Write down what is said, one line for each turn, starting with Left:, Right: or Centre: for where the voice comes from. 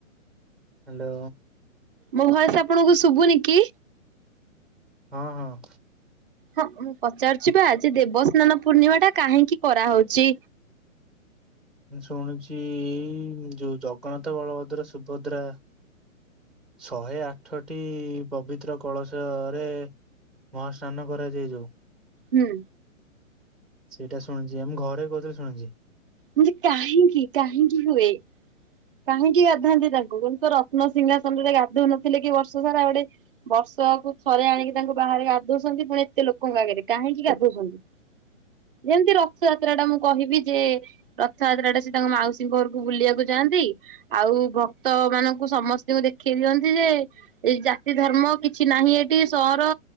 Centre: ହାଲୋ।
Right: ମୋ ଭଏସେ ଆପଣଙ୍କୁ ଶୁବୁନି କି?
Centre: ହଁ ହଁ।
Right: ହଁ ମୁଁ ପଚାରୁଚି ବା ଯେ ଦେବସ୍ନାନ ପୂର୍ଣ୍ଣିମା ଟା କାହିଁକି କରାହଉଚି?
Centre: ମୁଁ ଶୁଣିଚି ଯୋଉ ଜଗନ୍ନାଥ ବଳଭଦ୍ର ସୁଭଦ୍ରା ଶହେ ଆଠଟି ପବିତ୍ର କଳସ ରେ ମହାସ୍ନାନ କରାଯାଏ ଯୋଉ।
Right: ହୁଁ।
Centre: ସେଇଟା ଶୁଣିଚି ଆମ ଘରେ କହୁଥିଲେ ଶୁଣିଛି।
Right: ହୁଁ ଯେ କାହିଁକି କାହିଁକି ହୁଏ କାହିଁକି ଗାଧାନ୍ତି ତାଙ୍କୁୁ କିନ୍ତୁ ର ତ୍ନ ସିଂହାସନରେ ଗାଧଉ ନଥିଲେ କି ବର୍ଷ ସାରା ଗୋଟେ ବର୍ଷକୁ ଥରେ ଆଣିକି ତାଙ୍କୁ ବାହାରେ ଗାଧଉଛନ୍ତି ପୁଣି ଏତେ ଲୋକଙ୍କ ଆଗରେ କାହିଁକି ଗାଧଉଛନ୍ତି? ଯେମତି ରଥଯାତ୍ରା ଟା ମୁଁ କହିବି ଯେ ରଥଯାତ୍ରାରେ ସେ ତାଙ୍କ ମାଉସୀ ଘରୁକୁ ବୁଲିଆକୁ ଯାଆନ୍ତି। ଆଉ ଭକ୍ତ ମାନଙ୍କୁ ସମସ୍ତିଙ୍କୁ ଦେଖେଇ ଦିଅନ୍ତି ଯେ ଏଇ ଜାତି ଧର୍ମ କିଛି ନାହିଁ ଏଠି ସହର